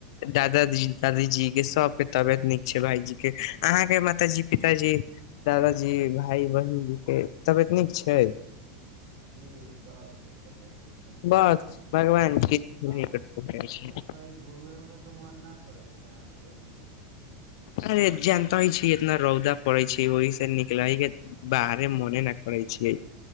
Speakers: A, on the left; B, on the right.
A: दादाजी दादीजी के सबके तबियत नीक छै भाईजी अहाँ के माताजी पिताजी दादाजी भाय बहिन जी के तबियत नीक छै हय
B: जी सबके तबियत एकदम
A: बस भगवान के
B: आ
A: निकट पहुँचै छै
B: कही घुमे उमे के मन ना करै छै जाके अभी
A: अरे जानता ही छि इतना रौदा पड़ै छै ओहि से निकलाहि के बाहरे मोने न छै